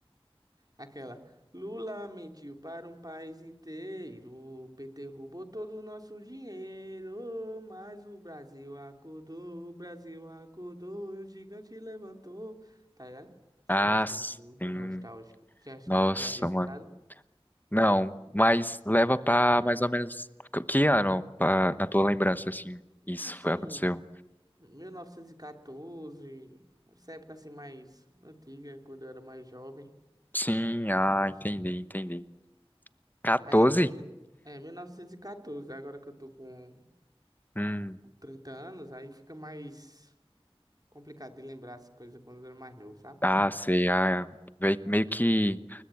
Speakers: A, on the right; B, on the left.
A: Aquela. Lula mentiu para um país inteiro. O PT roubou todo o nosso dinheiro. Mas o Brasil acordou, o Brasil acordou e o gigante levantou. Tá ligado? Essa
B: Ah,
A: música
B: sim.
A: é muito nostálgica. Já, escu-
B: Nossa,
A: já havia escutado?
B: mano. Não, mas leva pra mais ou menos que que ano, pra- na tua lembrança, assim, isso
A: Assim.
B: foi, aconteceu.
A: 1914, essa época assim mais antiga, quando eu era mais jovem
B: Sim, ah,
A: e tal.
B: entendi, entendi. 14?
A: Mas agora que. É, 1914, agora que eu tô com
B: Hum,
A: com 30 anos, aí fica mais complicado de lembrar as coisas quando eu era mais novo, sabe?
B: ah, sei, ah, vei- meio que,